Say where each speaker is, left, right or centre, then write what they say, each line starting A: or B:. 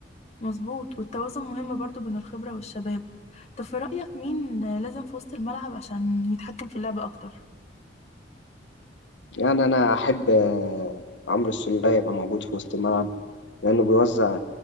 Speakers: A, on the left; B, on the left.
A: مظبوط والتوازن مهم برضو بين الخبرة والشباب طب في رأيك مين لازم في وسط الملعب عشان يتحكم في اللعب أكتر؟
B: يعني أنا أحب آه، عمرو السولية يبقى موجود في وسط الملعب لأنه بيوزع